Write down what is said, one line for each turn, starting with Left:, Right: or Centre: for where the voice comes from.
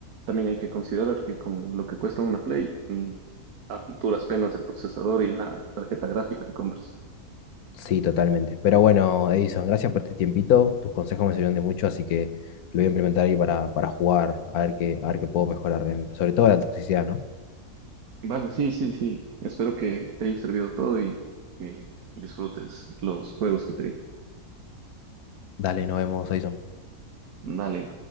Right: también hay que considerar que con lo que cuesta una Play, mm, a duras penas el procesador y la tarjeta gráfica te compras.
Left: Sí, totalmente. Pero bueno, Edison, gracias por este tiempito. Tus consejos me sirvieron de mucho, así que lo voy a implementar ahí para, para jugar, a ver qué, a ver qué puedo mejorar, en- sobre todo la toxicidad, ¿no?
Right: Vale, sí, sí, sí. Espero que te haya servido todo y que disfrutes los juegos que te di.
Left: Dale, nos vemos, Edison.
Right: Vale.